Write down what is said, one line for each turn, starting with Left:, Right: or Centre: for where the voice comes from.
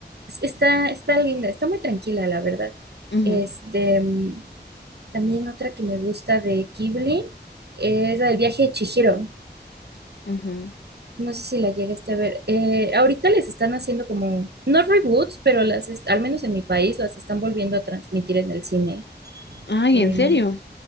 Right: Es- Está, está linda, está muy tranquila, la verdad.
Left: Ujú,
Right: Este, mm, también otra que me gusta de Ghibli es la del viaje de Chihiro.
Left: ujú.
Right: No sé si la llegaste a ver. Eh, ahorita les están haciendo como, no reboots, pero las, est- al menos en mi país, las están volviendo a transmitir en el cine.
Left: Ay,
Right: Em,
Left: ¿en serio?